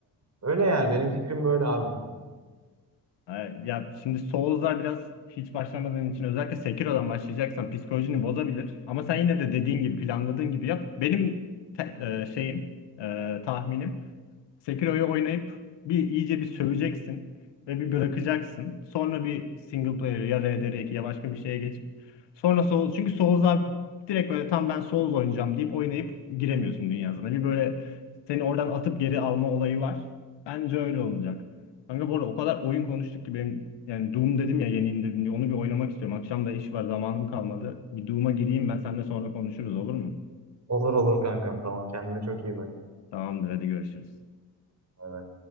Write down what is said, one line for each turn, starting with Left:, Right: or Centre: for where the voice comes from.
Right: öyle yani benim fikrim böyle abi. bu konuda.
Left: Ha, Ya şimdi Souls'lar biraz hiç başlamadığın için özellikle Sekiro'dan başlayacaksan psikolojini bozabilir. Ama sen yine de dediğin gibi planladığın gibi yap. Benim te- e, şeyim e, tahminim Sekiro'yu oynayıp bir iyice bir söveceksin ve bir bırakacaksın. Sonra bir single player ya RDR2 ya başka bir şeye geçip sonra Souls çünkü Souls'a direkt böyle tam ben Souls oynayacağım deyip oynayıp giremiyorsun dünyasına. Bir böyle seni oradan atıp geri alma olayı var. Bence öyle olacak. Kanka bu arada o kadar oyun konuştuk ki benim yani Doom dedim ya yeni indirdim diye onu bir oynamak istiyorum. Akşam da iş var zamanım kalmadı. Bir Doom'a gireyim ben seninle sonra konuşuruz olur mu?
Right: Olur olur kankam tamam kendine çok iyi bak.
Left: Tamamdır hadi görüşürüz.
Right: Bay bay.